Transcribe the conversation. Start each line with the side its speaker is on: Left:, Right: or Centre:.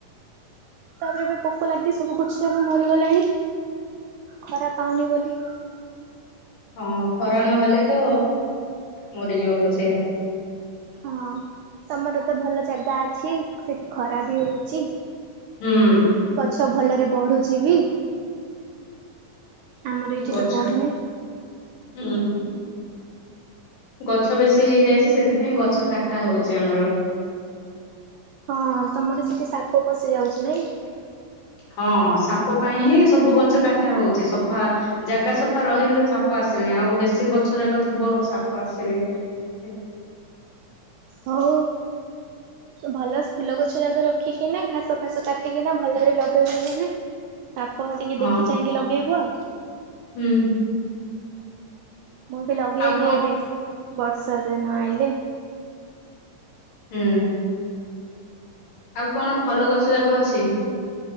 Right: ତାପରେ ଏବେ ପୋକ ଲାଗି ସବୁ ଗଛ ଯାକ ମରିଗଲାଣି। ଖରା ପାଉନି ବୋଲି।
Left: ହଁ ଖରା ନହେଲେ ତ ମରିଯିବ ଅ ସେଇଟା।
Right: ହଁ ତମର ତ ଭଲ ଜାଗା ଅଛି। ସେଠି ଖରା ବି ହଉଚି
Left: ହୁଁ
Right: ଗଛ ଭଲରେ ବଢୁଛି ବି। ଆମର ଏଇଠି
Left: ଗଛ
Right: ତ ବଢୁନି।
Left: ହୁଁ। ଗଛ ବେଶୀ ହେଇଯାଇଛି ସେଥିପାଇଁ ଗଛ କାଟା ହଉଛି ଆମର।
Right: ହଁ ତମର ସେଠି ସାପ ପଶି ଯାଉଛି ନାଇଁ।
Left: ହଁ ସାପ ପାଇଁ ହିଁ ସବୁ ଗଛ କାଟା ହଉଛି ସଫା। ଜାଗା ସଫା ରହିଲେ ସାପ ଆସିବେନି ଆଉ ବେଶୀ ଗଛ ଜାକ ଥିବ ସାପ ଆସିବେ। <unintelligible>
Right: ହଉ। ଭଲ ଫୁଲ ଗଛ ଯାକ ରଖିକିନା ଘାସ ଫାସ କାଟିକିନା ଭଲରେ ଲଗେଇବନି। ସାପ ଟିକେ
Left: ହଁ
Right: ଦେଖି ଚାହିଁକି ଲଗେଇବ।
Left: ହୁଁ।
Right: ମୁଁ ବି ଲଗେଇବି
Left: ଆଉ କଣ
Right: ଏବେ ବର୍ଷା ଦିନ ଆଇଲେ।
Left: ହୁଁ। ଆଉ କଣ ଫଲ ଗଛ ଯାକ ଅଛି?